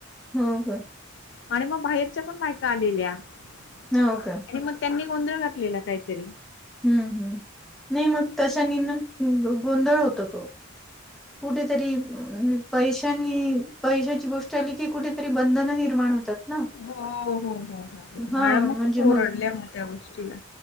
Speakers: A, in the centre; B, on the left.
A: हो का
B: आणि मग बाहेरच्या पण मायका आलेल्या
A: हो
B: आणि
A: का
B: मग. त्यांनी गोंधळ घातलेला काहीतरी.
A: हम्म हम्म नाही मग तशा नि गोंधळ होतो तो. कुठे तरी. मी पैशानी पैशाची गोष्ट आली की कुठेतरी बंधन निर्माण होतात. ना
B: हो हो हो हो हो,
A: हा
B: मॅड मग
A: म्हणजे
B: ओरडले मग त्या गोष्टीला.